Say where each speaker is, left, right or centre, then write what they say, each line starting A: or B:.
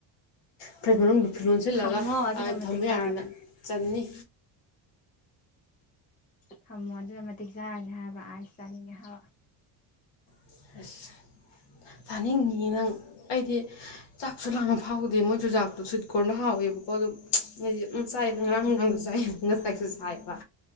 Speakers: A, on the left; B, on the left.
A: ꯐ꯭ꯔꯤꯖ ꯃꯅꯨꯡꯗ ꯂꯣꯟꯁꯤꯜꯂꯒ
B: ꯊꯝꯃꯣ ꯑꯗꯨꯅ
A: ꯑ
B: ꯃꯇꯤꯛ
A: ꯊꯝꯕ
B: ꯆꯥꯔꯕꯅꯦ
A: ꯌꯥꯅꯤꯅ ꯆꯟꯅꯤ
B: ꯊꯝꯃꯣ ꯑꯗꯨꯅ ꯃꯇꯤꯛ ꯆꯥꯔꯅꯤ ꯍꯥꯏꯕ ꯑꯥꯏꯁ ꯆꯥꯅꯤꯡꯉꯦ ꯍꯥꯏꯕ
A: <unintelligible> ꯆꯥꯅꯤꯡꯅꯤ ꯅꯪ ꯑꯩꯗꯤ ꯆꯥꯛꯁꯨ ꯂꯥꯝꯕ ꯐꯥꯎꯗꯦ ꯃꯣꯏ ꯆꯨꯖꯥꯛꯇꯣ ꯁ꯭ꯋꯤꯠ ꯀꯣꯔꯟꯗꯨ ꯍꯥꯎꯋꯦꯕꯀꯣ ꯑꯗꯨꯝ ꯑꯩꯗꯤ ꯆꯥꯏꯕ ꯉꯔꯥꯡ
B: ꯍꯥꯎꯕꯅꯤ
A: ꯅꯨꯡꯗꯥꯡꯁꯨ ꯆꯥꯏ ꯉꯁꯥꯏ ꯃꯥꯏꯕ